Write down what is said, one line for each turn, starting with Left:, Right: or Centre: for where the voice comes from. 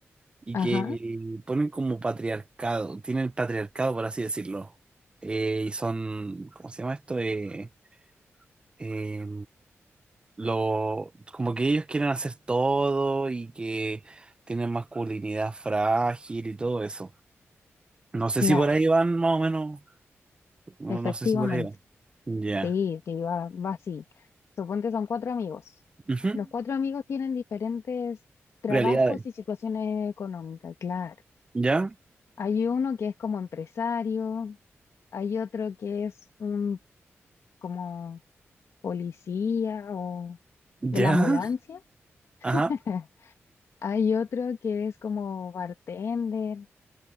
Right: y
Left: ajá,
Right: que ponen como patriarcado, tienen patriarcado, por así decirlo. Eh, y son, ¿cómo se llama esto? Eh, eh, lo, como que ellos quieren hacer todo y que tienen masculinidad frágil y todo eso. No sé
Left: claro.
Right: si por ahí van, más o menos. No,
Left: Efectivamente,
Right: no sé si por ahí van. Ya.
Left: sí, sí, va, va así. Suponte son cuatro amigos.
Right: Ujú.
Left: Los cuatro amigos tienen diferentes trabajos
Right: Realidades.
Left: y situaciones económicas, claro.
Right: ¿Ya?
Left: Hay uno que es como empresario, hay otro que es un como policía o
Right: ¿Ya?
Left: de la ambulancia, <laughs>
Right: Ajá.
Left: hay otro que es como bartender